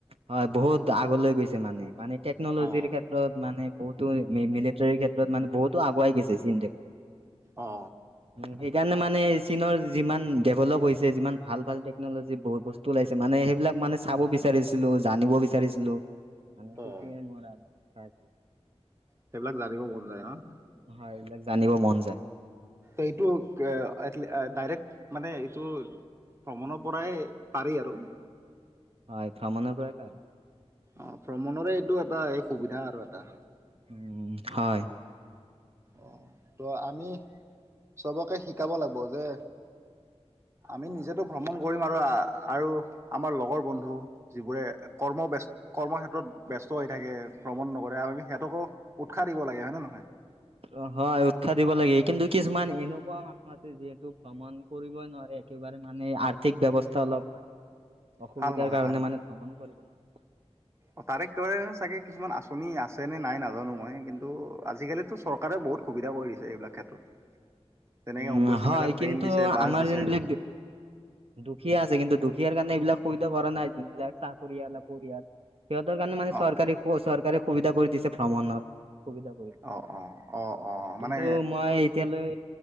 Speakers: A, on the right; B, on the right.
A: হয় বহুত আগলৈ গৈছে মানে, মানে টেকনলজিৰ
B: অ',
A: ক্ষেত্ৰত মানে বহুতো মি-মিলিটাৰীৰ ক্ষেত্ৰত মানে, বহুতো আগুৱাই গেছে চীন দেশ।
B: অ',
A: উম, সেইকাৰণে মানে চীনৰ যিমান ডেভেলপ হৈছে যিমান ভাল ভাল টেকনলজি বস্তু ওলাইছে মানে সেইবিলাক মানে চাব বিচাৰিছ ছিলো জানিব বিচাৰিছিলো মানে সেইটোৱে
B: অ'।
A: মোৰ আৰু আশা আছিল।
B: সেইবিলাক জানিব মন ন'।
A: হয় এইবিলাক জানিব মন যায়।
B: এইটো ডাইৰেক্ট মানে এইটো ভ্ৰমণৰ পৰাই পাৰি আৰু।
A: হয় ভ্ৰমণৰ প্ৰয়
B: অ ভ্ৰমণৰে এইটো এটা এই সুবিধা আৰু এটা
A: উ হয়
B: অ ত' আমি চবকে শিকাব লাগিব যে
A: <unintelligible>
B: আমি নিজেতো ভ্ৰমণ কৰিম আৰু আৰু আমাৰ লগৰ বন্ধু যিবোৰে কৰ্মবস্ত কৰ্মক্ষ্ষেত্ৰত ব্যস্ত হৈ থাকে ভ্ৰমণ নকৰে আৰু আমি সিহঁতকো উৎসাহ দিব লাগে হয়ে নে নহয়
A: অ হয় উৎসাহ দিব লাগে কিন্তু কিছুমান এনেকুৱা মানুহ আছে যিহেতু ভ্ৰমণ কৰিবই নোৱাৰে একেবাৰে বাৰ মানে আৰ্থিক ব্ৱস্থা অলপ মানে অসুবিধাৰ
B: ভাল নহয়,
A: কাৰণে
B: ভাল নহয়।
A: মানে ভ্ৰমণ কৰিব নোৱি
B: অ তাৰে কৰে চাগে কিছুমান আঁচনি আছে আছেনে নাই নাজানো মই কিন্তু আজিকালিতো চৰকাৰে বহুত সুবিধা কৰি দিছে এইবিলাক ক্ষেত্ৰত যেনেকে
A: উম
B: অম্বুবাচী
A: হয়
B: মেলাত ট্ৰেইন
A: কিন্তু
B: দিছে বাছ
A: আমাৰ
B: দিছে
A: দিল দুখীয়া আছে কিন্তু দুখীয়াৰ কাৰণে এইবিলাক সুবিধা কৰা নাই যোন চাকৰিয়াল পৰিয়াল সিহঁতৰ কাৰণে মানেৰকাৰ
B: অ
A: সুবিধা কৰি দিছে ভ্ৰমণৰ সুবিধা কৰি দিছে
B: অ অ অ অ
A: কিন্তু
B: মানে
A: মই এতিয়ালৈ